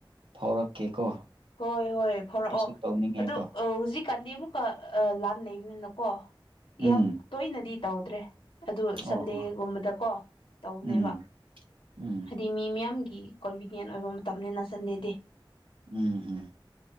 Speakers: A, on the right; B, on the left.
A: ꯐꯥꯎꯔꯛꯀꯦꯀꯣ
B: ꯍꯣꯏ ꯍꯣꯏ ꯐꯥꯔꯛꯑꯣ
A: ꯑꯩꯁꯨ ꯇꯧꯅꯤꯡꯉꯦꯕ
B: ꯑꯗꯨ ꯑ ꯍꯧꯖꯤꯛ ꯍꯧꯖꯤꯛ ꯀꯥꯟꯗꯤ ꯑꯃꯨꯛꯀ ꯂꯥꯟ ꯂꯩꯕꯅꯤꯅꯀꯣ
A: ꯎꯝ
B: ꯌꯥꯝ ꯇꯣꯏꯅꯗꯤ ꯇꯧꯗ꯭ꯔꯦ ꯑꯗꯨ ꯁꯟꯗꯦꯒꯨꯝꯕꯗꯀꯣ
A: ꯑꯣ ꯍꯣ
B: ꯇꯧꯕꯅꯦꯕ
A: ꯎꯝ ꯎꯝ
B: ꯍꯥꯏꯗꯤ ꯃꯤ ꯃꯤꯌꯥꯝꯒꯤ ꯀꯣꯟꯚꯤꯅꯤꯟ ꯑꯣꯏꯕ ꯃꯇꯝꯅꯤ ꯅ ꯁꯟꯗꯦꯗꯤ
A: ꯎꯝ ꯎꯝ